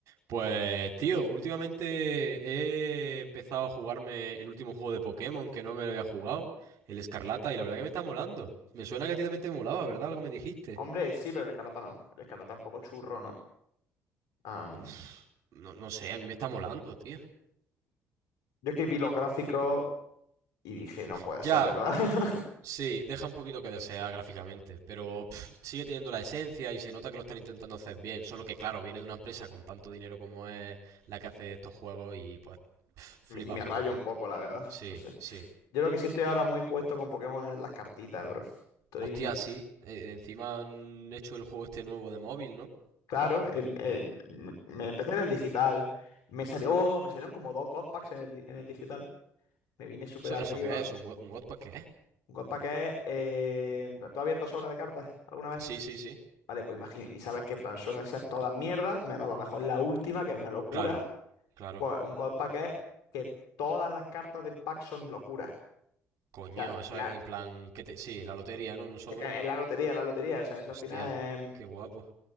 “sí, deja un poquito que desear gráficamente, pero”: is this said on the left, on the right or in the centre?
Right